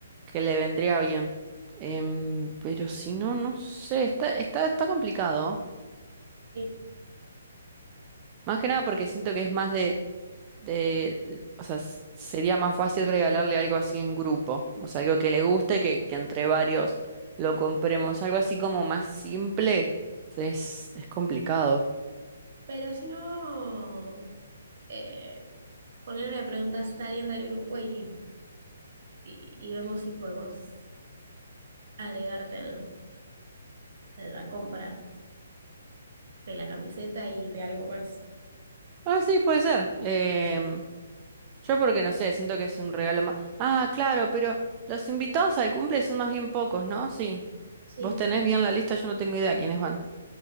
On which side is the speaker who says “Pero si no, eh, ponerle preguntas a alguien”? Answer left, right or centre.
Right